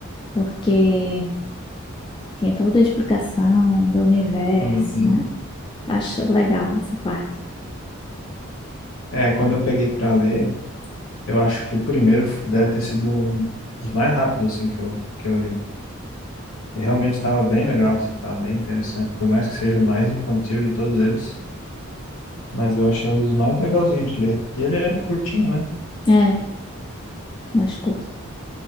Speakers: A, on the left (about 20°); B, on the left (about 80°).
A: porque tinha toda a explicação do universo,
B: uhum.
A: né? Acho legal essa parte.
B: É, quando eu peguei pra ler, eu acho que o primeiro f- deve ter sido um dos mais rápidos assim que eu, que eu li. Que realmente estava bem legal, assim, estava bem interessante. Por mais que seja o mais infantil de todos eles, mas eu achei um dos mais legalzinhos de ler. E ele era curtinho, né?
A: É, mais curto.